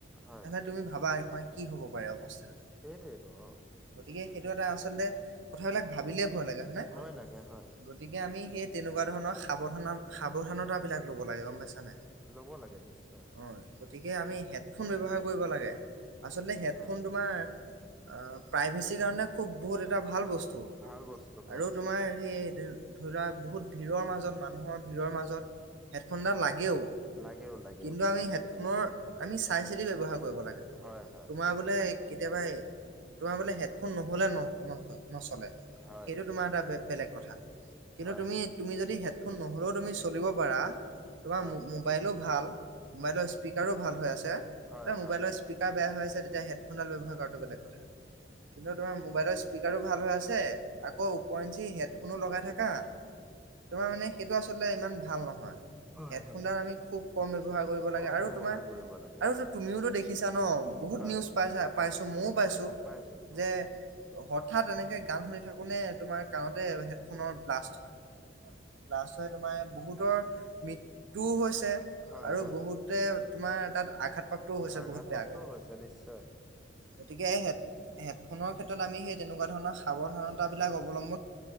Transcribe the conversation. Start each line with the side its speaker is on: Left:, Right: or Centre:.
Centre: হয়
Right: তেনেহ'লে তুমি ভাবা এবাৰ কি হ'ব পাৰে অৱস্থা?
Centre: সেইটোৱেটো অ।
Right: গতিকে, সেইটো এটা আচলতে কথাবিলাক ভাবিলেই ভয় লাগে হয় নে?
Centre: ভয় লাগে হয়
Right: গতিকে, আমি সেই তেনেকুৱা ধৰণৰ সাৱধান, সাৱধানতাবিলাক ল'ব লাগে, গম পাইছা নে নাই?
Centre: ল'ব লাগে, নিশ্চ
Right: অ গতিকে, আমি হেডফোন ব্যৱহাৰ কৰিব, আচলতে হেডফোন
Centre: হয়
Right: তোমাৰ অ প্ৰাইভেচিৰ কাৰণে খুব বহুত এটা ভাল বস্তু।
Centre: ভাল বস্তু হয়
Right: আৰু তোমাৰ সেই ধৰি লোৱা বহুত ভিৰৰ মাজত, মানুহৰ ভিৰৰ মাজত হেডফোনডাল লাগেও।
Centre: লাগেও লাগেও
Right: কিন্তু আমি হেডফোনৰ আমি চাই চিতি ব্যৱহাৰ কৰিব লাগে,
Centre: হয় হয়
Right: তোমাৰ বোলে <unintelligible> তোমাৰ বোলে হেডফোন নহ'লে নহ-নচলে,
Centre: হয়
Right: সেইটো তোমাৰ এটা বে-বেলেগ কথা। কিন্তু
Centre: হয়
Right: তুমি, তুমি যদি হেডফোন নহ'লেও তুমি চলিব পাৰা তোমাৰ
Centre: হয়
Right: মো-মোবাইলো
Centre: হয়
Right: ভাল, মোবাইলৰ স্পীকাৰো ভাল হৈ আছে,
Centre: হয়
Right: তেতিয়া
Centre: হয়
Right: মোবাইলত স্পীকাৰ বেয়া হৈ আছে, তেতিয়া হেডফোনডাল ব্যৱহাৰ কৰাটো বেলেগ কথা। কিন্তু, তোমাৰ মোবাইলৰ স্পীকাৰো ভাল হৈ আছে, আকৌ উপৰঞ্চি হেডফোনো লগাই থাকা। তোমাৰ মানে সেইটো আচলতে ইমান ভাল নহয়,
Centre: হয়
Right: হেডফোনডাল
Centre: হয় হয়
Right: আমি খুব কম ব্যৱহাৰ কৰিব লাগে
Centre: কম
Right: আৰু
Centre: ব্যৱহাৰ
Right: তোমাৰ
Centre: কৰিব লাগে
Right: আৰু এইটো
Centre: হয়
Right: তুমিওতো দেখিছা ন বহুত
Centre: হয়
Right: নিউজ পাইছা, পাইছো মইও পাইছো
Centre: <unintelligible> হয়।
Right: যে হঠাৎ এনেকে গান শুনি থাকোতে তোমাৰ কানতে হেডফোনৰ ব্লাষ্ট হয়। ব্লাষ্ট হৈ তোমাৰ বহুতৰ মৃত্যুও হৈছে।
Centre: হয়
Right: আৰু
Centre: হয়
Right: বহুতে তোমাৰ তাত আঘাত প্ৰাপ্তও হৈছে
Centre: আঘাতপ্ৰাপ্তও
Right: বহুত বেয়াকৈ।
Centre: হৈছে নিশ্চয়
Right: গতিকে হেড-হেডফোনৰ ক্ষেত্ৰত আমি সেই তেনেকুৱা ধৰণৰ সাৱধানতাবিলাক অৱলম্ব